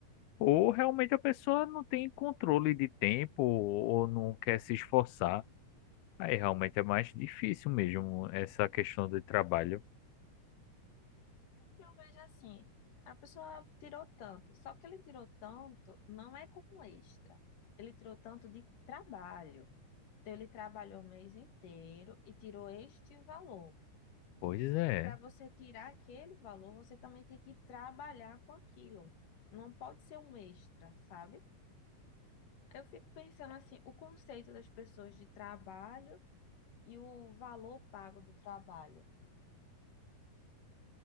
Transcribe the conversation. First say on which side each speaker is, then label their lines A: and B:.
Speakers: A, on the left; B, on the left.
A: ou realmente a pessoa não tem controle de tempo ou não quer se esforçar. Aí realmente é mais difícil mesmo essa questão do trabalho.
B: que eu vejo assim, a pessoa tirou tanto, só que ele tirou tanto não é como extra. Ele tirou tanto de trabalho. Então ele trabalhou o mês inteiro e tirou este valor.
A: Pois é,
B: Para você tirar aquele valor, você também tem que trabalhar com aquilo. Não pode ser um extra, sabe? Eu fico pensando assim, o conceito das pessoas de trabalho e o valor pago do trabalho.